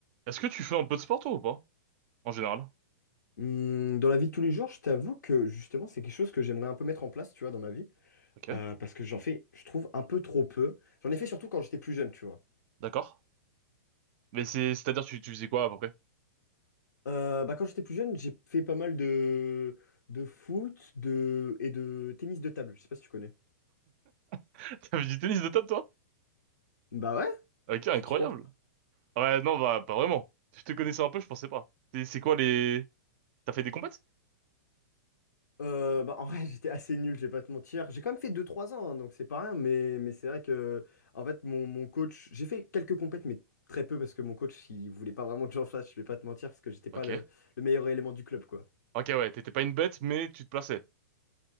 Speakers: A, on the right (about 40°); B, on the left (about 70°).
A: Est-ce que tu fais un peu de sport toi ou pas? En général.
B: Hum, Dans la vie de tous les jours, je t'avoue que justement, c'est quelque chose que j'aimerais un peu mettre en place, tu vois, dans ma vie.
A: Ok,
B: Euh, parce que j'en fais, je trouve, un peu trop peu. J'en ai fait surtout quand j'étais plus jeune, tu vois.
A: d'accord. Mais c'est, c'est-à-dire tu, tu faisais quoi à peu près?
B: Euh, bah, quand j'étais plus jeune, j'ai fait pas mal de, de foot de... et de tennis de table. Je sais pas si tu connais.
A: <laughs> T'avais du tennis de table toi?
B: Bah ouais,
A: Ok, incroyable.
B: tu t'y crois pas?
A: Ouais, non, bah pas vraiment. Si Je te connaissais un peu, je pensais pas. C'est c'est quoi les... T'as fait des compètes?
B: Euh, bah en vrai, <laughs> j'étais assez nul, je vais pas te mentir. J'ai quand même fait deux trois ans, hein, donc c'est pas rien. Mais, mais c'est vrai que, en fait, mon, mon coach, j'ai fait quelques compètes, mais très peu parce que mon coach, il voulait pas vraiment que j'en fasse, je vais pas te mentir, parce que j'étais pas
A: Ok.
B: le le meilleur élément du club, quoi.
A: Ok, ouais, t'étais pas une bête, mais tu te plaçais.